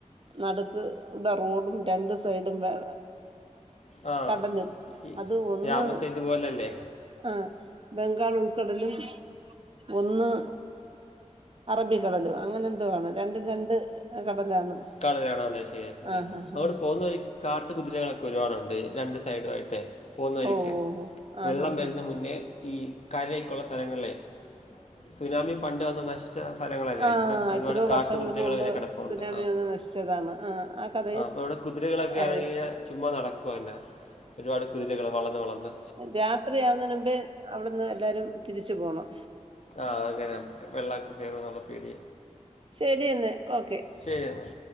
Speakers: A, on the right; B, on the left.
A: നടുക്ക്ടെ റോഡും രണ്ട് സൈഡും വെ
B: ആ
A: കടലും
B: ഈ
A: അത് ഒന്ന്
B: രാമസേതു പോലല്ലേ
A: ആഹ് ബംഗാൾ ഉൾക്കടലും ഒന്ന് അറബിക്കടലും അങ്ങനെ എന്തോ ആണ് രണ്ടും രണ്ട് കടലാണ്.
B: കടലാണ് അതെ ശരിയാ ശരിയാ
A: ആഹ് ആഹ്
B: അങ്ങോട്ട്
A: ആഹ്
B: പോന്ന വയിക്ക് കാട്ട് കുതിരകളൊക്കെ ഒരുപാടുണ്ട് രണ്ട് സൈഡുവായിട്ടേ. പോന്ന വയിക്കി
A: ഓഹ് ഓഹ്
B: വെള്ളം
A: ഓഹ് ആഹ് ആഹ്
B: വരുന്ന മുന്നേ ഈ കരേക്കുള്ള സ്ഥലങ്ങളിലേ. സുനാമി പണ്ട് വന്ന് നശിച്ച സ്ഥലങ്ങളല്ലേ
A: ആഹ്
B: ഇവിടെക്കെ
A: ആഹ് എത്രയോ
B: ഒരുപാട് കാട്ടു
A: വർഷങ്ങൾക്ക്
B: കുതിരകൾ
A: മുമ്പ്
B: വരെ കെടപ്പുണ്ട് ആ
A: <unintelligible>
B: ആ അപ്പൊ വടെ കുതിരകളൊക്കെറെങ്ങിങ്ങനെ
A: അറിയാം
B: ചുമ്മാ നടക്കുവ പിന്നെ ഒരുപാട് കുതിരകൾ വളഞ് വളഞ്
A: രാത്രിയാവുന്നേന് മുമ്പേ അവ്ട്ന്ന് എല്ലാരും തിരിച്ചു പോണം
B: ആ അങ്ങന വെള്ളക്കെ കേറോന്നുള്ള പേട്യ
A: ശെരി ന്ന് ഓക്കെ
B: ശെരിയെന്ന